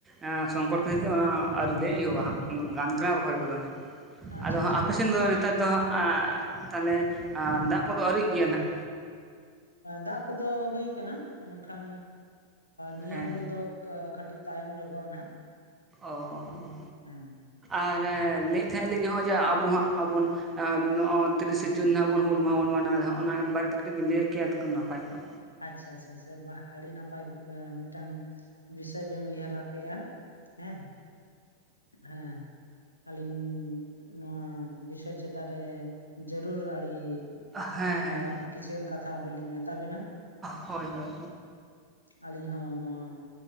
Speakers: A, on the right; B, on the left.
A: ᱮᱸ ᱥᱚᱝᱠᱚᱴ ᱠᱷᱟᱹᱛᱤᱨ ᱛᱮ ᱚᱱᱟ ᱟᱹᱣᱨᱤ ᱞᱮ ᱤᱟ. ᱳᱼᱟ ᱜᱟᱱ ᱠᱟᱱᱟ ᱨᱚᱦᱚᱭ ᱠᱚᱫᱚ ᱦᱟᱸᱜ
B: ᱟᱪᱪᱷᱟ
A: ᱟᱫᱚ ᱦᱟᱸᱜ ᱟᱯᱮ ᱥᱮᱱ ᱫᱚ ᱱᱮᱛᱟᱨ ᱫᱚ ᱦᱟᱸᱜ ᱛᱟᱦᱞᱮ ᱫᱟᱜ ᱠᱚᱫᱚ ᱟᱹᱣᱤᱡ ᱜᱮᱭᱟ ᱱᱟᱸᱜ
B: ᱫᱟᱜ ᱠᱚᱫᱚ ᱦᱩ ᱟᱠᱟᱱᱟ ᱢᱮᱱᱠᱷᱟᱱ ᱱᱤᱭᱟᱹ
A: ᱦᱮᱸ
B: ᱦᱩᱲᱩ ᱫᱚ ᱠᱟᱹᱴᱤᱡ ᱛᱟᱭᱚᱢ ᱧᱚᱜᱚᱜᱼᱟ ᱱᱟᱦᱟᱜ
A: ᱚ ᱦᱚ ᱦᱚ
B: ᱦᱩᱸ
A: ᱟᱨ ᱞᱟᱹᱭᱮᱫ ᱛᱟᱦᱮᱸᱜ ᱞᱤᱧ ᱱᱚᱜᱼᱚᱭ ᱡᱮ ᱟᱵᱚ ᱦᱟᱸᱜ ᱟᱵᱚᱱ ᱱᱚᱜᱼᱚᱭ ᱛᱤᱨᱤᱥᱮ ᱡᱩᱱ ᱱᱟᱦᱜ ᱵᱚᱱ ᱦᱩᱞ ᱢᱟᱦᱟ ᱵᱚᱱ ᱢᱟᱱᱟᱣ ᱫᱟ ᱚᱱᱟ ᱵᱟᱨᱮᱛᱮ ᱠᱟᱹᱴᱤᱡ ᱵᱤᱱ ᱞᱟᱹᱭᱟ ᱠᱮᱭᱟ ᱱᱟᱯᱟᱭ ᱠᱚᱜᱼᱟ᱾
B: ᱟᱪᱪᱷᱟ ᱟᱪᱪᱷᱟ ᱵᱟ ᱟᱹᱰᱤ ᱱᱟᱯᱟᱭ ᱢᱤᱫᱴᱟᱝ ᱫᱤᱥᱟ. ᱵᱤᱥᱟᱹᱭ ᱵᱮᱱ ᱩᱭᱦᱟᱹᱨᱟ ᱠᱮᱫᱼᱟ ᱦᱮᱸ ᱦᱮᱸ ᱟᱹᱞᱤᱧ ᱱᱚᱣᱟ ᱵᱤᱥᱚᱭ ᱪᱮᱛᱟᱱ ᱨᱮ ᱡᱟᱹᱨᱩᱲ ᱟᱹᱲᱤ
A: ᱦᱩᱸ ᱦᱮᱸ
B: ᱮ
A: ᱦᱮᱸ
B: ᱠᱤᱪᱷᱩᱜᱟᱱ ᱠᱟᱛᱷᱟ ᱟᱹᱵᱤᱱ ᱞᱤᱧ ᱢᱮᱛᱟ ᱵᱤᱱᱟ
A: ᱦᱳᱭ ᱦᱳᱭ
B: ᱟᱹᱞᱤᱧ ᱦᱚᱸ ᱱᱚᱣᱟ